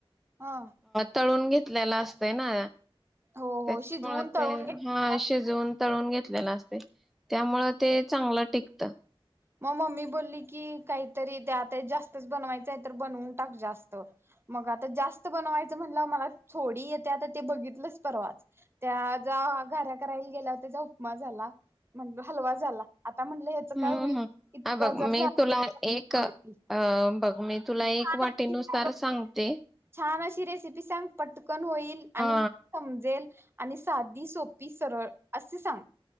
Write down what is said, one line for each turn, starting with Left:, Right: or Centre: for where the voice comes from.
Right: हा
Centre: तळून घे लेला असतय ना.
Right: हो
Centre: त्याच्यामुळे
Right: हो शिजवून तळून
Centre: ते,
Right: घ्या
Centre: हा शिजवुन तळून घेतलेला असतय, त्यामुळे ते चांगलं टिकत.
Right: मग मम्मी बोलली की काहीतरी दे, आता जास्तच बनवायचं आहे तर बनवून टाक जास्त. मग आता जास्त बनवायचं म्हटलं मला थोडी येते आता ते बघितलंच परवाच त्या ज्या घाऱ्या करायला गेल्यावर त्याचा उपमा झाला, म्हणलो हलवा झाला. आता म्हणलं, ह्याचं
Centre: हम्म
Right: काय होईल
Centre: हम्म
Right: इतकं
Centre: हा बघ
Right: जर
Centre: मी
Right: झालं
Centre: तुला
Right: तर कमी
Centre: एक
Right: करतील
Centre: अ बघ मी तुला
Right: <unintelligible>
Centre: एक वाटीनुसार सांगते
Right: छान अशी रेसिपी सांग, पटकन होईल आणि
Centre: हा
Right: मला समजेल. आणि साधी, सोपी, सरळ अशी सांग.